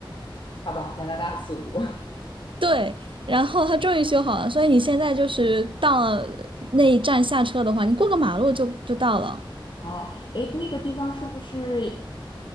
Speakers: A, on the left (about 60°); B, on the right (about 70°).
A: 好吧，加拿大速度。
B: 对，然后它终于修好了，所以你现在就是到了那一站下车的话，你过个马路就就到了。
A: 哦，哎，那个地方是不是？